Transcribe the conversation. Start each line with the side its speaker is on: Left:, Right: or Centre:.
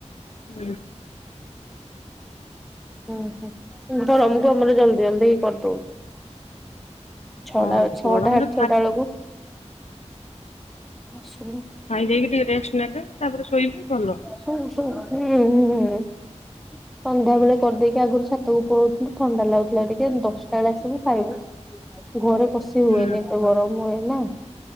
Left: ହୁଁ
Centre: ଉଁ ହୁଁ ଧର ମୁଁ ଗରମରେ ଜଲ୍ଦୀ ଜଲ୍ଦୀ କରିଦଉ। ଛଅଟା,
Left: ହଁ
Centre: ଛଅଟା ସାଢେ
Left: ଗରମରେ
Centre: ଛଅଟା ବେଳକୁ ଶୁଣୁ
Left: ଖାଇ ଦେଇକି ଟିକେ ରେଷ୍ଟ ନେବେ ତାପରେ ଶୋଇବେ ଭଲ।
Centre: ଶୁ଼ଁ ଶୁଁ <unintelligible> ସନ୍ଧ୍ୟା ବେଳେ କରିଦେଇକି ଆଗରୁ ଛାତକୁ ପଳୋଉ ଥିଲୁ ଥଣ୍ଡା ଲାଗୁଥିଲା ଟିକେ ଦଶଟା ବେଳେ ଆସିବୁ ଖାଇବୁ <inaudible> ଘରେ ବସି ହୁଏନି
Left: ହୁଁ
Centre: ଏତେ ଗରମ ହୁଏ ନା